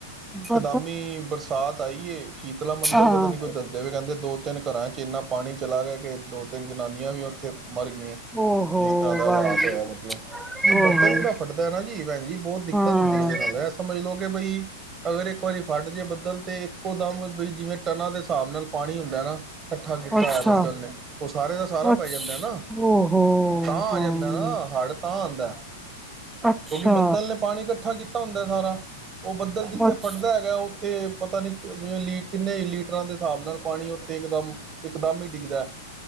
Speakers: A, in the centre; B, on the right.
A: ਬ
B: ਸ਼ਾਮੀ ਬਰਸਾਤ ਆਈ ਏ, ਸ਼ੀਤਲਾ ਮੰਦਿਰ
A: ਹਾਂ
B: ਪਤਾ ਨੀ ਕੋਈ ਦੱਸਦੇ ਵੀ ਕਹਿੰਦੇ ਦੋ, ਤਿੰਨ ਘਰਾਂ ਚ ਇੰਨਾ ਪਾਣੀ ਚਲਾ ਗਿਆ ਕਿ ਦੋ ਤਿੰਨ ਜਾਨੀਆਂ ਵੀ ਉੱਥੇ ਮਰ ਗਈਆਂ
A: ਓਹੋ
B: ਜਿਸ ਤਰ੍ਹਾਂ ਦਾ ਹਾਲਾਤ
A: ਵਾਹਿਗੁਰੂ
B: ਹੋਇਆ ਮਤਲਬ
A: ਹਾਂ
B: ਬੱਦਲ ਜਿਹੜਾ ਫਟਦਾ ਨਾ ਜੀ ਭੈਣ ਜੀ, ਬਹੁਤ ਦਿੱਕਤ
A: ਹਾਂ
B: ਹੁੰਦੀ ਹੈ ਇਹਦੇ ਨਾਲ ਇਹ ਸਮਝ ਲਓ ਕਿ ਬਈ ਅਗਰ ਇੱਕ ਵਾਰੀ ਫਟ ਜੇ ਬੱਦਲ ਤੇ ਇੱਕੋ ਦਮ ਬਈ ਜਿਵੇਂ ਟਨਾਂ ਦੇ ਹਿਸਾਬ ਨਾਲ ਪਾਣੀ ਹੁੰਦਾ ਇਕੱਠਾ ਕੀਤਾ
A: ਅੱਛਾ
B: ਹੈ ਬੱਦਲ ਨੇ ਉਹ ਸਾਰੇ ਦਾ ਸਾਰਾ
A: ਅੱਛ
B: ਪੈ ਜਾਂਦਾ ਨਾ
A: ਓਹੋ
B: ਤਾਂ ਆ
A: ਹਾਂ
B: ਜਾਂਦਾ ਨਾ ਹੜ ਤਾਂ ਆਉਂਦਾ। ਕਿਉਂਕਿ
A: ਅੱਛਾ
B: ਬੱਦਲ ਨੇ ਪਾਣੀ ਇਕੱਠਾ ਕੀਤਾ ਹੁੰਦਾ ਸਾਰਾ ਉਹ ਬੱਦਲ ਜਿੱਥੇ
A: ਅੱਛ
B: ਫਟਦਾ ਹੈਗਾ, ਓਥੇ ਪਤਾ ਨਹੀ ਕਿੰਨੇ ਲੀਟਰਾਂ ਦੇ ਹਿਸਾਬ ਨਾਲ ਪਾਣੀ ਉੱਥੇ ਇੱਕਦਮ ਇਕਦਮ ਹੀ ਡਿੱਗਦਾ